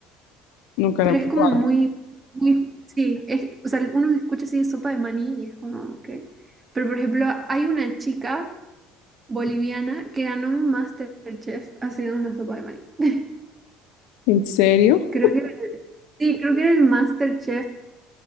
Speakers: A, on the left; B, on the right.
A: Nunca
B: Pero
A: la he probado.
B: es como muy, muy, sí, es, o sea, uno escucha así sopa de maní y es como que... Pero por ejemplo, hay una chica boliviana que ganó un MasterChef haciendo una sopa de maní. <laughs>
A: ¿En serio?
B: Creo que, sí, creo que era el MasterChef